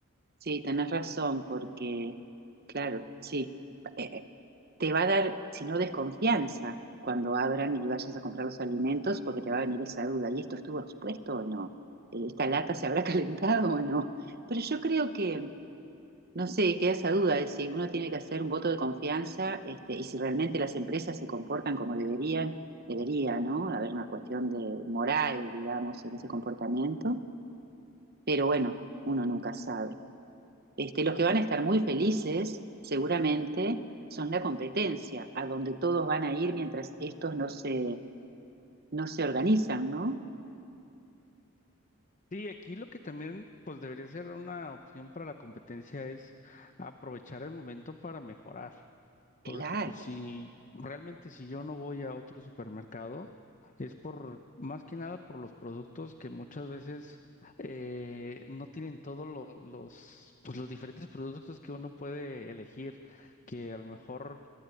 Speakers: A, on the right; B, on the left.
A: Sí, tenés razón, porque, claro, sí, eh, te va a dar, si no desconfianza, cuando abran y vayas a comprar los alimentos, porque te va a venir esa duda, ¿y esto estuvo expuesto o no? Eh, ¿Esta lata se habrá <laughs> calentado o no? Pero yo creo que, no sé, queda esa duda de si uno tiene que hacer un voto de confianza este, y si realmente las empresas se comportan como deberían, debería, ¿no? Haber una cuestión de moral, digamos, en ese comportamiento, pero bueno, uno nunca sabe. Este, los que van a estar muy felices, seguramente, son la competencia, a donde todos van a ir mientras estos no se, no se organizan, ¿no?
B: Sí, aquí lo que también pues debería ser una opción para la competencia es aprovechar el momento para mejorar. Porque
A: Claro.
B: pues si realmente si yo no voy a otro supermercado, es por más que nada por los productos que muchas veces eh, no tienen todos lo- los, pues, los diferentes productos que uno puede elegir, que a lo mejor